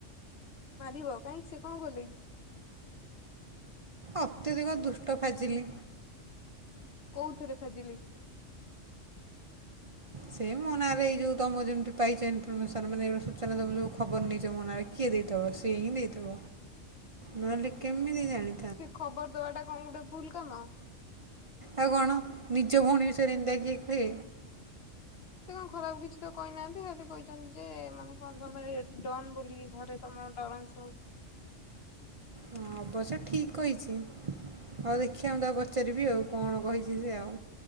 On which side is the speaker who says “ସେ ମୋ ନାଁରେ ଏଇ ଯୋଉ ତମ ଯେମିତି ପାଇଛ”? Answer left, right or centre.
Right